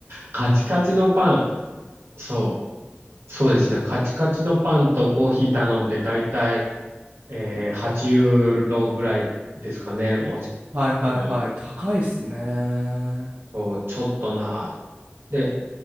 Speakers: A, on the right; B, on the right.
A: カチカチのパン。そう。そうですね。カチカチのパンとコーヒー頼んで、だいたい、えー、8ユーロぐらいですかね。もし、
B: はいはいはい。
A: うん、
B: 高いっすね。うん
A: と、ちょっとな。で、